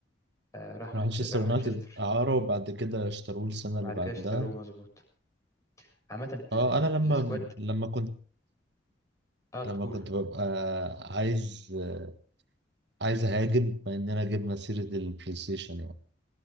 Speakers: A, on the left; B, on the right.
A: آه، راح منش...
B: راح مانشستر
A: راح
B: يونايتد
A: مانشستر
B: اعاره وبعد كده اشتروه السنه
A: وبعد
B: اللي بعدها
A: كده اشتروه مظبوط عامة ال-
B: اه
A: ال-
B: انا لما
A: السكواد
B: لما كنت
A: اه تقول
B: لما كنت ببقى عايز آه، عايز اهاجم مع اننا جبنا سيره البلاي ستيشن يعني